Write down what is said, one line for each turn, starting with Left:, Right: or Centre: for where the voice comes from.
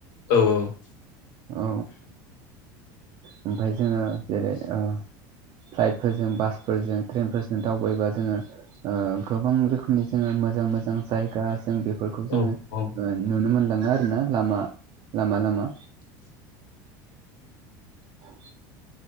Left: औ औ
Right: औ ओमफाय जोङो जेरै आ फ्लाइटफोरजों बासफोरजों ट्रेनफोरजों दावबायबा जोङो आ गोबां रोखोमनि जोङो मोजां मोजां जायगा जों बे फोरखौ जोङो
Left: औ औ
Right: आ नुनो मोनलाङो आरो ना लामा लामा लामा औ